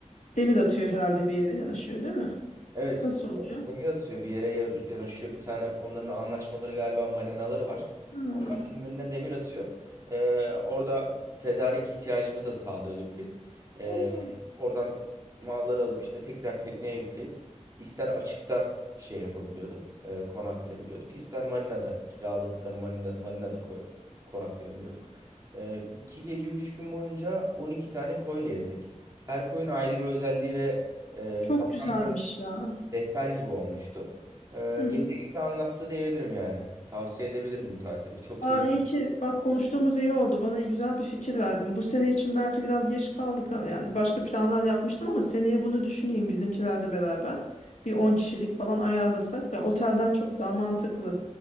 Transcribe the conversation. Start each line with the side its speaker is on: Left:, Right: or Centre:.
Left: Demir atıyor herhalde bir yere yanaşıyor, değil mi?
Right: Evet,
Left: Nasıl oluyor?
Right: demir atıyor bir yere ya- yanaşıyor bir tane onların anlaşmaları galiba marinaları var.
Left: Hmm.
Right: Ömrüne demir atıyor. Ee, orada tedarik ihtiyacımızı da sağlıyorduk biz. Ee,
Left: Hmm.
Right: oradan malları alıp işte tekrar tekneye yükleyip ister açıkta şey yapabiliyorduk, e, konaklayabiliyorduk. İster marinada, kiraladıkları marinada, marinada koy- konaklayabiliyorduk. Ee, iki gece üç gün boyunca 12 tane koy gezdik. Her koyun ayrı bir özelliği ve e,
Left: Çok
Right: kaptan
Left: güzelmiş ya.
Right: rehber gibi olmuştu. Ee,
Left: Hı hı.
Right: geze geze anlattı diyebilirim yani. Tavsiye edebilirim bu tatili. Çok
Left: Aa,
Right: iyi.
Left: iyi ki bak konuştuğumuz iyi oldu. Bana güzel bir fikir verdin. Bu sene için belki biraz geç kaldık. ama Yani başka planlar yapmıştım ama seneye bunu düşüneyim bizimkilerle beraber. Bir 10 kişilik falan ayarlasak ve otelden çok daha mantıklı.